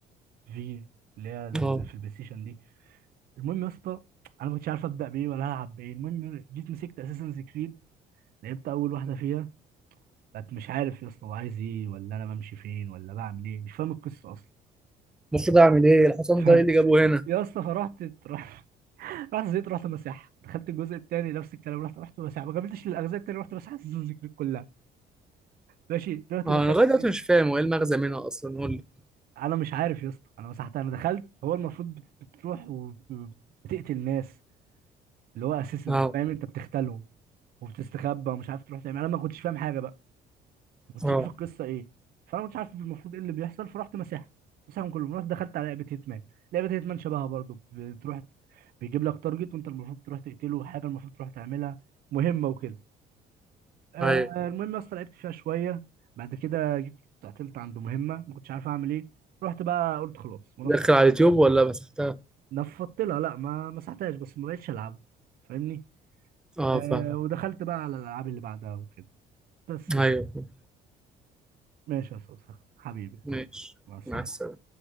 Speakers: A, on the right; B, in the centre.
A: في اللي هي ال-
B: اه
A: في البلاي ستيشن دي المهم يا اسطى انا ما كنتش عارف ابدا بايه ولا العب بايه المهم جيت مسكت اساسن كريد لعبت اول واحده فيها بقت مش عارف يا اسطى هو عايز ايه ولا انا بمشي فين ولا بعمل ايه مش فاهم القصه اصلا
B: المفروض اعمل ايه الحصان
A: <laughs> ف-
B: ده ايه اللي جابه هنا
A: يا اسطى فرحت رحت رحت زيت رحت مساحة دخلت الجزء الثاني نفس الكلام رحت رحت مساحة ما كملتش للاجزاء الثانيه رحت مساحة سيزون ذكرك كلها ماشي دلوقتي
B: اه
A: دخلت
B: انا لغايه
A: فين
B: دلوقتي مش فاهم هو ايه المغزى منها اصلا قول لي
A: انا مش عارف يا اسطى انا مسحتها انا دخلت هو المفروض بت- بتروح وبتقتل ناس اللي هو اساسنز
B: اه
A: فاهم انت بتختلهم وبتستخبى ومش عارف تروح تعمل انا ما كنتش فاهم حاجه بقى ما كنتش
B: اه
A: عارف القصه ايه فانا ما كنتش عارف المفروض ايه اللي بيحصل فرحت مساحه مساحهم كلهم رحت دخلت على لعبه هيتمان لعبه هيتمان شبهها برضو بتروح بيجيب لك تارجت وانت المفروض تروح تقتله حاجه المفروض تروح تعملها مهمه وكده آه
B: ايوه
A: المهم يا اسطى لعبت فيها شويه بعد كده جيت قتلت عنده مهمه ما كنتش عارف اعمل ايه رحت بقى قلت خلاص ونفضت
B: داخل على اليوتيوب ولا مسحتها
A: نفضت لها لا ما مسحتهاش بس ما بقتش العبها فاهمني
B: اه
A: آه
B: فاهم
A: ودخلت بقى على الالعاب اللي بعدها وكده بس يعني
B: ايوه فاهم.
A: ماشي يا اسطى حبيبي
B: ماشي
A: مع السلامه
B: مع السلامه